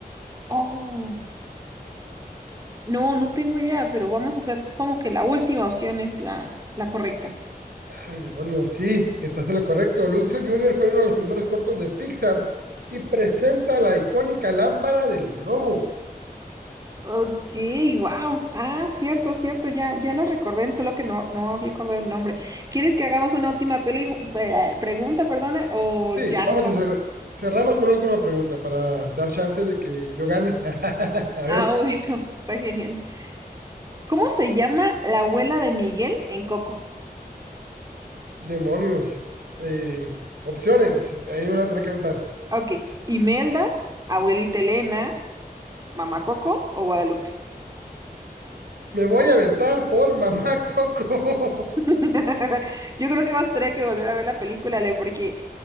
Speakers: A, on the right; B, on the right.
A: Oh. No, no tengo idea, pero vamos a hacer como que la última opción es la, la correcta.
B: Ay, demonios, sí, estás en lo correcto. Luxo Junior fue uno de los primeros cortos de Pixar y presenta la icónica lámpara del logo.
A: Ok, wow. Ah, cierto, cierto, ya, ya lo recordé, solo que no, no había acordado el nombre. ¿Quieres que hagamos una última peli- pe- pregunta, perdona, o
B: Sí,
A: ya
B: vamos
A: nos vamos?
B: a cerrar. Cerramos con la última pregunta para dar chance de que yo gane. <laughs> a
A: Ah,
B: ver.
A: bueno, <laughs> está genial. ¿Cómo se llama la abuela de Miguel en Coco?
B: Demonios. Eh, opciones. Ahí me voy a tener que aventar.
A: Ok, Imelda, abuelita Elena, mamá Coco o Guadalupe.
B: Me voy a aventar por Mamá Coco. <laughs>
A: <laughs> Yo creo que vas a tener que volver a ver la película, Ale, porque